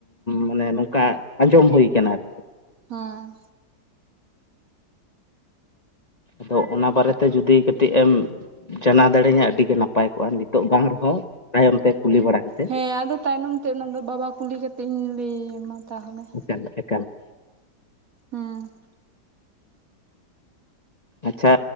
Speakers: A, on the left; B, on the right.
A: ᱢᱟᱱᱮ ᱱᱚᱝᱠᱟ ᱟᱸᱡᱚᱢ ᱦᱩᱭ ᱟᱠᱟᱱᱟ ᱟᱨᱠᱤ,
B: ᱦᱮᱸ ᱾
A: ᱟᱫᱚ ᱚᱱᱟ ᱵᱟᱨᱮᱛᱮ ᱡᱩᱫᱤ ᱠᱟᱹᱴᱤᱡ ᱮᱢ ᱡᱟᱱᱟᱣ ᱫᱟᱲᱮ ᱤᱧᱟᱹ ᱟᱹᱰᱤᱜᱮ ᱱᱟᱯᱟᱭ ᱠᱚᱜᱼᱟ ᱱᱤᱛᱚᱜ ᱵᱟᱝ ᱨᱮᱦᱚᱸ ᱛᱟᱭᱚᱢ ᱛᱮ ᱠᱩᱞᱤ ᱵᱟᱲᱟ ᱠᱟᱛᱮᱫ
B: ᱦᱮᱸ ᱟᱫᱚ ᱛᱟᱭᱱᱚᱢ ᱛᱮ ᱚᱱᱟ ᱫᱚ ᱵᱟᱵᱟ ᱠᱩᱞᱤ ᱠᱟᱛᱮ ᱤᱧ ᱞᱟᱹᱭ ᱟᱢᱟ ᱛᱟᱦᱚᱞᱮ ᱾
A: ᱮᱠᱟᱞ ᱮᱠᱟᱞ ᱾
B: ᱦᱩᱸ ᱾
A: ᱟᱪᱪᱷᱟ